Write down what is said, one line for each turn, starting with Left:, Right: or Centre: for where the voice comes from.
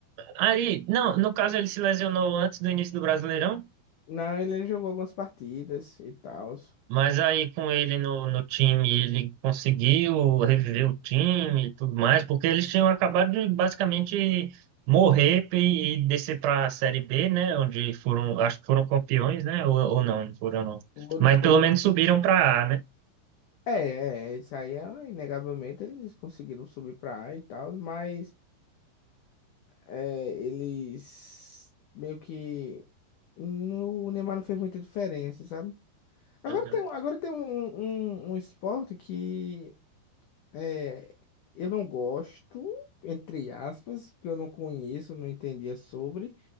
Right: aí, não, no caso ele se lesionou antes do início do Brasileirão.
Left: Não, ele jogou algumas partidas e tal.
Right: Mas aí com ele no, no time, ele conseguiu reviver o time e tudo mais, porque eles tinham acabado de basicamente morrer e, e descer para a Série B, né? Onde foram, acho que foram campeões, né? Ou, ou não, não foram não.
Left: Foram,
Right: Mas
Left: foram.
Right: pelo menos subiram para A, né?
Left: É, é, isso aí é, inegavelmente eles conseguiram subir pra A e tal, mas é, eles meio que no, o Neymar não fez muita diferença, sabe? Agora
Right: Uhum.
Left: tem, um- agora tem um, um, um esporte que é, eu não gosto, entre aspas, que eu não conheço, não entendia sobre.